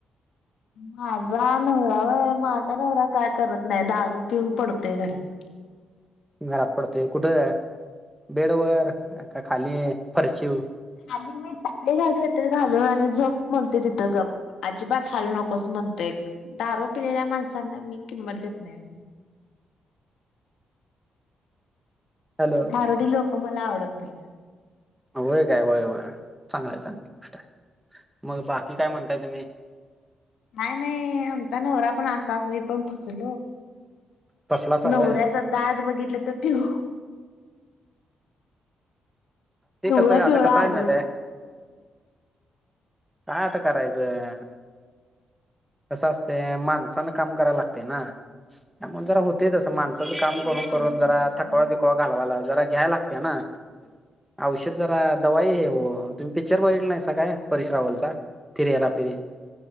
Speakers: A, on the left; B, in the centre.
A: माझा नवरा होय. माझा नवरा काय करत नाही दारू पिऊन पडतोय घरात.
B: घरात पडतोय. कुठ? बेड वर का खाली फरशिवर
A: खाली मी चटई देते घालून आणि झोप म्हणते तिथं गप. अजिबात हालू नकोस म्हणतोय. दारू पिलेल्या माणसांना मी किंमत देत नाही.
B: हॅलो
A: दारुडी लोक मला आवडत नाहीत.
B: होय काय वय वय चांगलं चांगली गोष्ट आहे. मग बाकी काय म्हणताय तुम्ही?
A: नाही नाही. आमचा नवरा पण आसाच मी पण फसलो.
B: कसलाच
A: नवऱ्यात
B: हवंय
A: दात बघितलं तर पिऊ
B: ते
A: पिवळं
B: कसं आता
A: पिवळं
B: कसं आहे
A: आढूळ
B: माहित आहे काय आता करायचं. कसं असतय. माणसान काम करायला लागते ना. त्यामुळे जरा होत. होते
A: पिवळं
B: तस माणसाचं काम करून
A: आढूळ
B: करून जरा
A: दात
B: थकवा बिकवा घालवायला जरा घ्याय लागते ना. औषध जरा दवाई हे ओ. तुम्ही पिक्चर बघितला नाहीसा काय. परि- ट्रॅव्हल चा फिर हेरा फेरी.